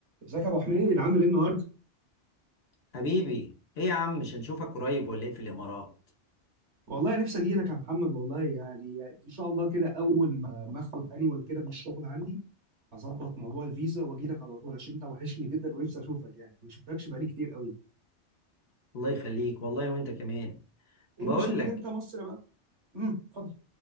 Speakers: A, on the right; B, on the left.
A: ازيك يا ابو حميد عامل ايه النهارده؟
B: حبيبي ايه يا عم مش هنشوفك قريب ولا ايه في الامارات
A: والله نفسي اجي لك يا محمد والله يعني ان شاء الله كده اول ما ما اخد انيوال كده من الشغل عندي هظبط موضوع الفيزا واجي لك على طول عشان انت وحشني جدا ونفسي اشوفك يعني ما شفتكش بقالي كتير قوي
B: الله يخليك والله وانت كمان
A: ايه
B: بقول
A: مش هتيجي
B: لك
A: انت مصر بقى؟ امم اتفضل